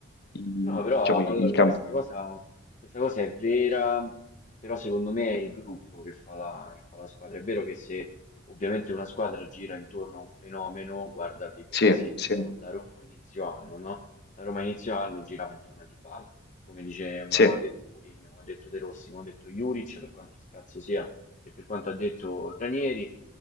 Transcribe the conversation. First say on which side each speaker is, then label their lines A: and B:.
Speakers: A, on the left; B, on the left.
A: i,
B: No, però
A: diciamo i,
B: allora
A: campi...
B: questa cosa, questa cosa è vera, però secondo me è il gruppo che fa la, che fa la squadra. È vero che se ovviamente una squadra gira intorno a un fenomeno, guarda tipo
A: Sì,
B: per esempio
A: sì,
B: la Roma inizio anno, no? La Roma inizio anno girava intorno a Dybala, come dice, ma
A: sì,
B: ha detto Mourinho, come ha detto De Rossi, come ha detto Juric, per quanto scarso sia e per quanto ha detto Ranieri,